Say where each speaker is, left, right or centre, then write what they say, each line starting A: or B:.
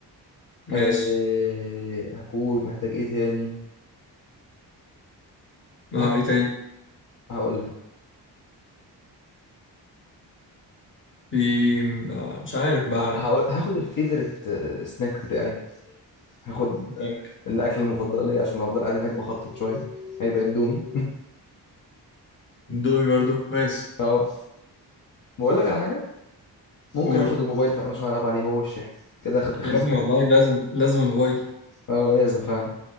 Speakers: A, on the left; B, on the left.
A: ماشي
B: أه هكون محتاج ايه تاني
A: اه
B: هاخ-
A: ايه تاني
B: هقول لك
A: في آه، مش عارف بقى
B: هقول- هاخد الفيفوريت سناك بتاعي هاخد
A: ممكن
B: الاكل المفضل ليا عشان لو افضل قاعد هناك بخطط شويه هيبقى اندومي
A: دومي برضو ماشي
B: اه بقول لك على حاجه ممكن
A: قول
B: اخد الموبايل فعلا عشان العب عليه هو والشاحن كده اخدت خمس
A: يا ابني
B: حاجات
A: والله لازم لازم الموبايل
B: اه لازم فعلا